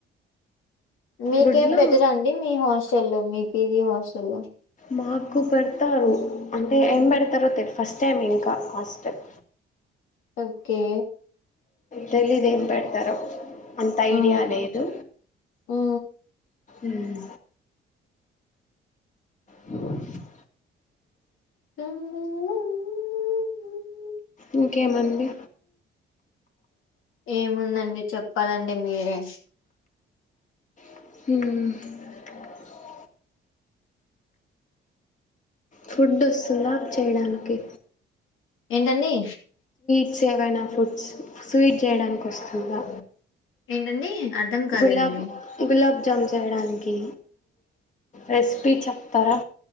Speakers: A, on the left (about 85°); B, on the left (about 40°).
A: మీకేం
B: గుడ్లో
A: పెట్టరా అండి మీ హాస్టల్లో మీ పీజీ హాస్టల్లో?
B: మాకు పెడతారు అంటే ఏం పెడతారో తెల్ ఫస్ట్ టైం ఇంకా హాస్టల్
A: ఓకే
B: తెలీదు ఏం పెడతారో అంత
A: ఆ
B: ఐడియా లేదు
A: ఆ
B: మ్మ్ డోర్ సౌండ్
A: సాంగ్ <unintelligible>
B: ఇంకేమంది
A: ఏముందండి చెప్పాలండి మీరే
B: ఉహు ఫుడ్ వస్తుందా చేయడానికి
A: ఏంటండీ
B: ఫుడ్స్ ఏమైనా ఫుడ్స్ స్వీట్ చేయడానికి వస్తుందా?
A: ఏంటండి? అర్ధం కాలేదండి
B: గులాబ్ గులాబ్ గులాబ్ జామ్ చేయడానికి రెసిపీ చెప్తారా